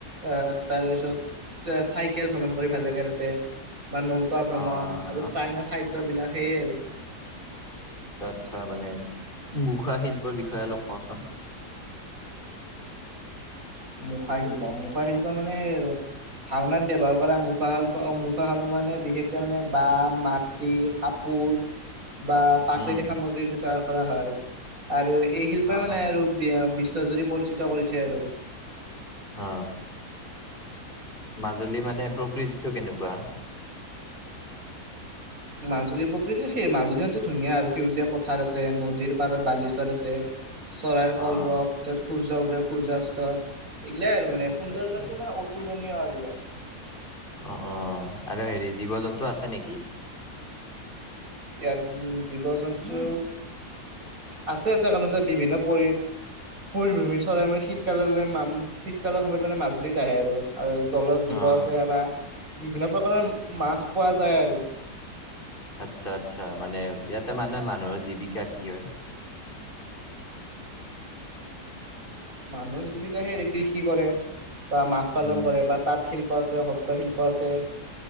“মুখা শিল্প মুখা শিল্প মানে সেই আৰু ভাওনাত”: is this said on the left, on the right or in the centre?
Right